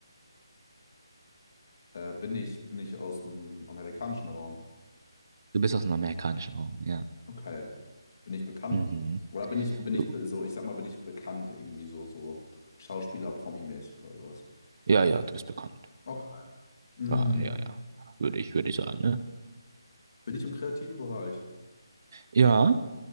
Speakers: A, on the left; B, on the right.
A: Äh, bin ich, bin ich aus dem amerikanischen Raum?
B: Du bist aus dem amerikanischen Raum, ja.
A: Okay. Bin ich bekannt?
B: Mhm.
A: Oder bin ich, bin ich
B: Jo.
A: be- so, ich sag mal, bin ich bekannt irgendwie so, so Schauspieler-Promi-mäßig oder sowas?
B: Ja, ja, du bist bekannt.
A: Okay. Mm,
B: Ja, ja, ja. Würde ich, würde ich sagen, ne?
A: bin ich im kreativen Bereich?
B: Ja.